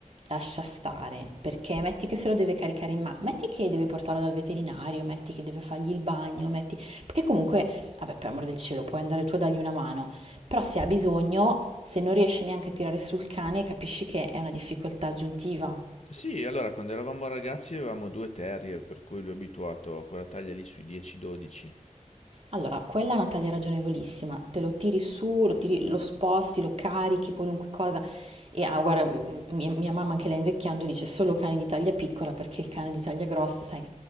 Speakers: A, on the right; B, on the left.
A: lascia stare, perché metti che se lo deve caricare in mano, metti che deve portarlo dal veterinario, metti che deve fargli il bagno, metti... Perché comunque, vabbè, per amor del cielo, puoi andare tu a dargli una mano, però se ha bisogno, se non riesci neanche a tirare sul cane, capisci che è una difficoltà aggiuntiva.
B: Sì, allora quando eravamo ragazzi avevamo due terrier, per cui lui è abituato a quella taglia lì sui 10-12.
A: Allora, quella è una taglia ragionevolissima, te lo tiri su, lo, tiri- lo sposti, lo carichi, qualunque cosa. E ah, guarda, m- mia, mia mamma anche lei invecchiando dice solo cane di taglia piccola perché il cane di taglia grossa, sai,